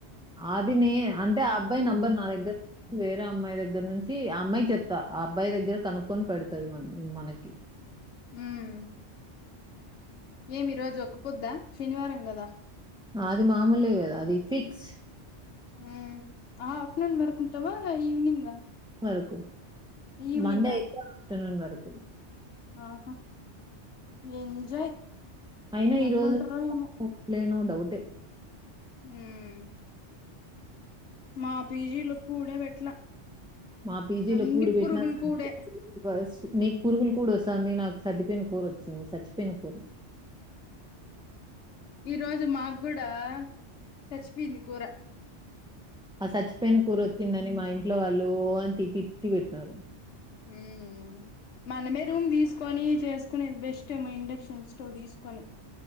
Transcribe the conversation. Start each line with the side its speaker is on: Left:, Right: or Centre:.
Centre: అది నే అంటే ఆ అబ్బాయి నంబర్ నా దగ్గర వే ర అమ్మాయి దగ్గర నుంచి ఆ అమ్మాయి చెప్తా ఆ అబ్బాయి దగ్గర కనుక్కొని పెడుతది మన మనకి
Left: ఉం ఏమి రోజు ఒక పొద్దా శనివారం కదా
Centre: అది మామూలే కదా అది ఫిక్స్
Left: ఉమ్ ఆహా ఆఫ్టర్నూన్ వరకు ఉంటావా ఈవినింగ్
Centre: వరకు
Left: ఈవినింగా
Centre: మండే అయితే ఆఫటర్నూన్ వరకు
Left: ఆహా ఎంజాయ్
Centre: అయినా ఈరోజులేనో
Left: ఎట్లుంటారో ఏమో
Centre: డౌటే
Left: ఉమ్ మా పీజీలు కూడా పెట్లా
Centre: మా పీజీలో
Left: అన్ని
Centre: కూడి పెట్టిన
Left: పురుగులు కూడే
Centre: ఫస్ నీకు పురుగులు కూడా వస్తంది నాకు సద్దిపోయిన కోర చ్చింది సచ్చి పెన కూ
Left: ఈ రోజు మాకు కూడా చచ్చిపోయింది కూర
Centre: ఆ చచ్చిపోయిన కూర వచ్చిందని మా ఇంట్లో వాళ్ళు ఓ అని తిటి తిట్టి పెట్టినారు
Left: ఉమ్ మనమే రూమ్ తీసుకొని చేసుకునేది బెస్ట్ ఏమో ఇండక్షన్ స్టవ్ తీసుకొని